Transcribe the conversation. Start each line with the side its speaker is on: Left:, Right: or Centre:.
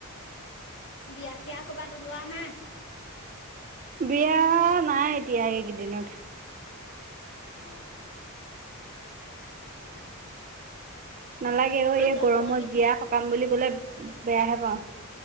Left: বিয়া চিয়া কবাত ওলোৱা নাই
Right: বিয়া নাই এতিয়া এইকেইদিনত
Left: অ অ
Right: নালাগে অ এই
Left: জন্মদিন
Right: গৰমত বিয়া সকাম বুলি ক'লে বেয়াহে পাওঁ